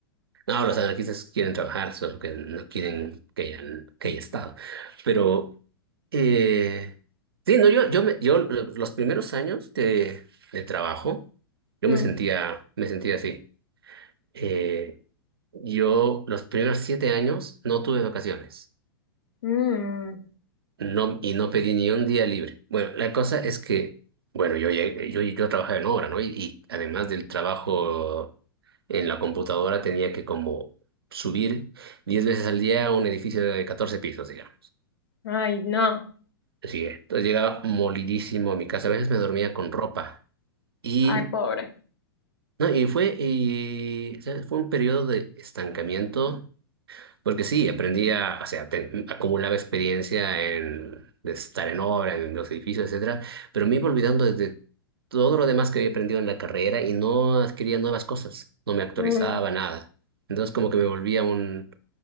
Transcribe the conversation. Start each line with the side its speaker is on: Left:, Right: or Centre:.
Right: no, los anarquistas quieren trabajar, solo que no quieren que hayan, que haya estado. Pero, eh, sí, no, yo, yo, me- yo los primeros años de, de trabajo, yo
Left: mm,
Right: me sentía, me sentía así. Eh, yo los primeros siete años no tuve vacaciones.
Left: mm,
Right: No, y no pedí ni un día libre. Bueno, la cosa es que, bueno, yo, llegué- yo, yo trabajaba en obra, ¿no? Y, y además del trabajo en la computadora tenía que como subir 10 veces al día a un edificio de 14 pisos, digamos.
Left: ay, no.
Right: Sí, entonces llegaba molidísimo a mi casa. A veces me dormía con ropa. Y,
Left: Ay, pobre.
Right: no, y fue, y, ¿sabes? Fue un periodo de estancamiento Porque sí, aprendí a, o sea, te- acumulaba experiencia en de estar en obra, en los edificios, etcétera, pero me iba olvidando de de todo lo demás que había aprendido en la carrera y no adquiría nuevas cosas, no me actualizaba
Left: Mm,
Right: nada. Entonces como que me volvía un,